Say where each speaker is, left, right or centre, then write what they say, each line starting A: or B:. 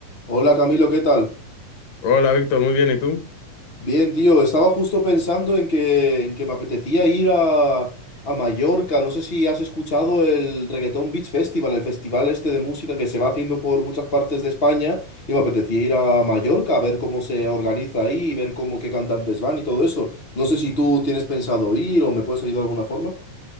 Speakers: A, on the left; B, on the left.
A: Hola Camilo, ¿qué tal?
B: Hola, Víctor, muy bien, ¿y tú?
A: Bien, tío, estaba justo pensando en que, en que me apetecía ir a, a Mallorca. No sé si has escuchado el Reggaeton Beach Festival, el festival este de música que se va haciendo por muchas partes de España, y me apetecía ir a Mallorca a ver cómo se organiza ahí y ver cómo qué cantantes van y todo eso. No sé si tú tienes pensado ir o me puedes ayudar de alguna forma.